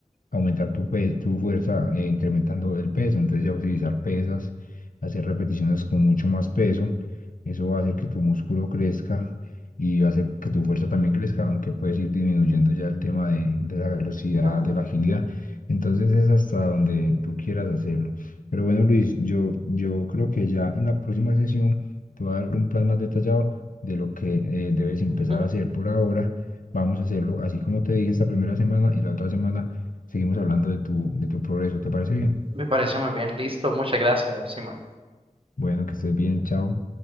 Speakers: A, on the left; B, on the right.
A: aumentar tu, pe- tu fuerza eh, incrementando el peso. Entonces ya utilizar pesas, hacer repeticiones con mucho más peso. Eso va a hacer que tu músculo crezca y va a hacer que tu fuerza también crezca, aunque puedes ir disminuyendo ya el tema de, de la velocidad,
B: Ujú.
A: de la agilidad. Entonces es hasta donde tú quieras hacerlo. Pero bueno, Luis, yo, yo creo que ya en la próxima sesión te voy a dar un plan más detallado de lo que eh, debes empezar
B: Ujú.
A: a hacer por ahora. Vamos a hacerlo así como te dije esta primera semana y la otra semana seguimos hablando de tu, de tu progreso. ¿Te parece bien?
B: Me parece muy bien, listo, muchas gracias, Simón.
A: Bueno, que estés bien, chao.